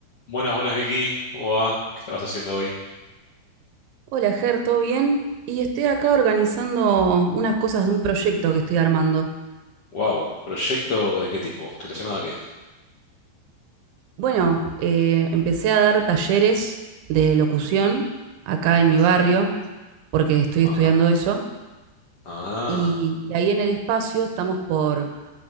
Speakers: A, on the left; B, on the right.
A: Buenas, buenas Vicky, ¿cómo va? ¿Qué estabas haciendo hoy?
B: Hola, Ger, ¿todo bien? Y estoy acá organizando unas cosas de un proyecto que estoy armando.
A: Wow, ¿proyecto de qué tipo? ¿Relacionado a qué?
B: Bueno, eh, empecé a dar talleres de locución acá
A: ¿Mm?
B: en mi barrio, porque estoy
A: Ajá.
B: estudiando eso,
A: Ah,
B: y de ahí en el espacio estamos por